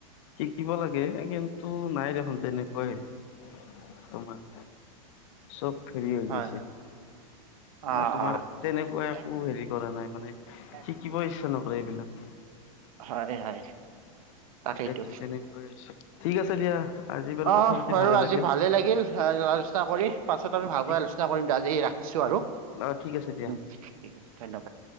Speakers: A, on the left (about 55°); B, on the right (about 80°).
A: শিকিব লাগে কিন্তু নাই দেখোন তেনেকোৱা হেৰি। তোমাৰ চব ফিৰি হৈ
B: হয়।
A: গৈছে।
B: অ',
A: মানে তোমাৰ
B: অ',
A: তেনেকুৱা একো
B: এক মিনিট
A: হেৰি কৰা নাই মানে শিকিব
B: এক মিনিট।
A: ইচ্ছা নকৰে এইবিলাক।
B: হয় দেই হয়। তাকেইতো
A: তাকেইটো তেনেকৈ আছে ঠিক আছে দিয়া। আজি বাৰু
B: অ
A: কথা পাতি
B: বাৰু আজি
A: লাগিল।
B: ভালে লাগিল আলোচনা কৰি পাছত আমি ভালকৈ
A: ঠিক
B: আলোচনা কৰিম আজি ৰাখিছো আৰু।
A: অ ঠিক আছে দিয়া।
B: উম, ঠিক আছে ধন্যবাদ।